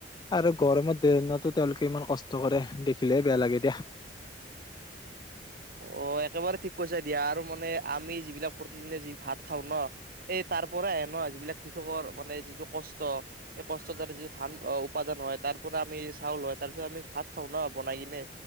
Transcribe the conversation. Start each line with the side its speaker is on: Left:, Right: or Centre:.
Left: আৰু গৰমত। ট্ৰেইনতো তেওঁলোকে ইমান কষ্ট কৰে দেখিলে বেয়া লাগে দিয়া।
Right: অ একেবাৰে ঠিক কৈছা দিয়া আৰু মানে আমি যিবিলাক প্ৰতিদিনে যি ভাত খাওঁ ন এই তাৰ পৰাই ন যিবিলাক কৃষকৰ মানে যিটো কষ্ট সেই কষ্টৰ দ্বাৰা যিটো ধান উপাৰ্জন হয় তাৰ পৰা আমি চাউল হয় তাৰ পিছত আমি ভাত খাওঁ ন বনাই কিনে